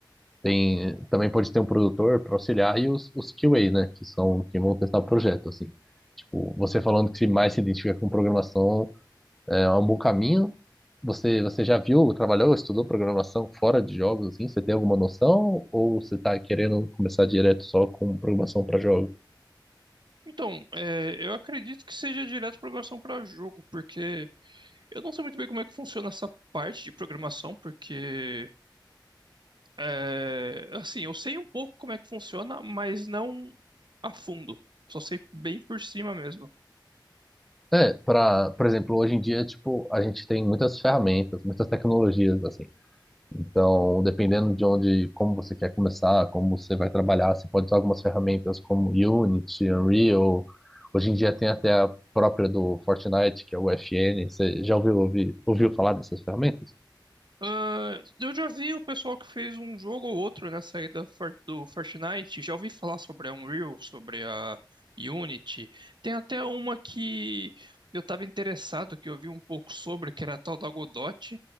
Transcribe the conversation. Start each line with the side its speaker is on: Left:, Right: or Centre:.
Centre: tem, também pode ter um produtor para auxiliar e os, os QA, né, que são, que vão testar o projeto, assim. Tipo, você falando que mais se identifica com programação, é é um bom caminho. Você, você já viu, trabalhou, estudou programação fora de jogos, assim? Você tem alguma noção? Ou você está querendo começar direto só com programação para jogos?
Right: Então, é, eu acredito que seja direto programação para jogo, porque eu não sei muito bem como é que funciona essa parte de programação, porque é, assim, eu sei um pouco como é que funciona, mas não a fundo. Só sei bem por cima mesmo.
Centre: É, para, por exemplo, hoje em dia, tipo, a gente tem muitas ferramentas, muitas tecnologias, assim. Então, dependendo de onde, como você quer começar, como você vai trabalhar, você pode usar algumas ferramentas como Unity, Unreal. Hoje em dia tem até a própria do Fortnite, que é o FN. Você já ouviu, ouviu, ouviu falar dessas ferramentas?
Right: Ah, eu já vi o pessoal que fez um jogo ou outro nessa aí da Fort- do Fortnite, já ouvi falar sobre a Unreal, sobre a Unity. Tem até uma que eu estava interessado, que eu vi um pouco sobre, que era a tal da Godot.